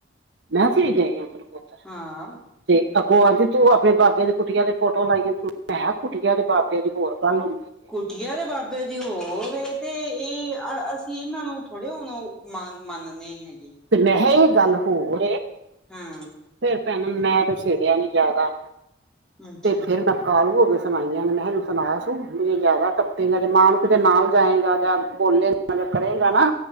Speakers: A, on the right (about 65°); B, in the centre.
A: ਮੈਂ ਫਿਰ ਗਏ ਆ ਗਲਪੋਤਰ <unintelligible>
B: ਹਾਂ
A: ਤੇ ਅੱਗੋ ਆਂਦੀ ਤੂੰ ਆਪਣੇ ਬਾਬੇ ਦੇ ਕੁੱਟੀਆਂ ਦੇ ਫੋਟੋ ਲਾਈਏ ਤੂੰ ਮ ਕਿਹਾ ਕੁਠੀਆਂ ਦੇ ਬਾਬੇ ਦੀ ਹੋਰ ਕੱਲ ਨੂੰ
B: ਕੁਟੀਆਂ ਦੇ ਬਾਬੇ ਦੀ ਹੋਰ ਤੇ ਇਹ ਅਸੀਂ ਇਹਨਾਂ ਨੂੰ ਥੋੜੇ ਹੁਣ ਮੰਨਣੇ ਹੈਗੇ
A: ਤੇ ਮੈਂ ਕਿਹਾ ਇਹ ਗੱਲ ਹੋਰ
B: ਹਾਂ
A: ਫਿਰ ਭੈਣ ਮੈਂ ਤੇ ਛੇੜਿਆ ਨੀ ਜ਼ਿਆਦਾ
B: ਅੱਛਾ
A: ਤੇ ਫਿਰ ਨਾ ਕਾਲੂ ਹੋ ਕੇ ਸੁਣਾਈਆਂ ਨੇ ਮੈਂਨੂੰ ਸੁਣਾ ਤ ਵੀ ਜੇ ਜ਼ਿਆਦਾ ਟੱਪੇਗਾ ਜੇ ਮਾਂ ਨੂੰ ਕਿਤੇ ਨਾਲ ਜਾਏਗਾ ਜਾਂ ਬੋਲੇ ਕਰੇਗਾ ਨਾ